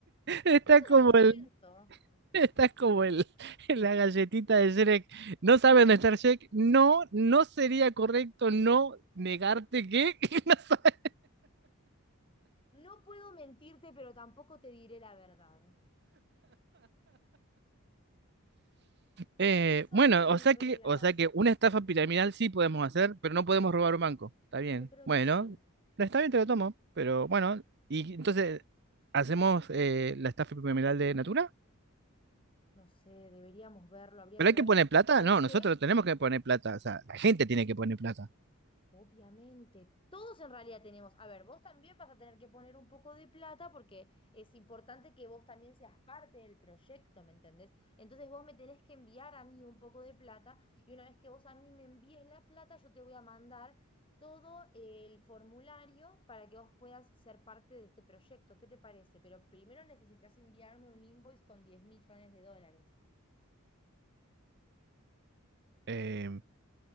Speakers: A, on the right; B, on the left.
A: estás
B: yo solo
A: como
B: les cuento.
A: el <laughs> Estás como el, la galletita de Shrek. No sabe dónde está Shrek. No, no sería correcto no negarte que, <laughs> que no sabe.
B: No puedo mentirte, pero tampoco te diré la verdad.
A: Eh,
B: Esa
A: bueno,
B: es mi
A: o sea
B: regla
A: que, o
B: básica.
A: sea que una estafa piramidal sí podemos hacer, pero no podemos robar un banco. Está bien.
B: Yo creo
A: Bueno,
B: que sí.
A: no está bien, te lo tomo. Pero bueno, y entonces, ¿hacemos eh, la estafa piramidal de Natura?
B: No sé, deberíamos verlo, habría
A: ¿Pero
B: que
A: hay
B: ver.
A: que poner plata?
B: ¿Sabes
A: No,
B: qué?
A: nosotros tenemos que poner plata. O sea, la gente tiene que poner plata.
B: Obviamente, todos en realidad tenemos. A ver, vos también vas a tener que poner un poco de plata porque es importante que vos también seas parte del proyecto, ¿me entendés? Entonces vos me tenés que enviar a mí un poco de plata y una vez que vos a mí me envíes la plata, yo te voy a mandar todo el formulario para que vos puedas ser parte de este proyecto. ¿Qué te parece? Pero primero necesitas enviarme un invoice con 10 millones de dólares.
A: Eh,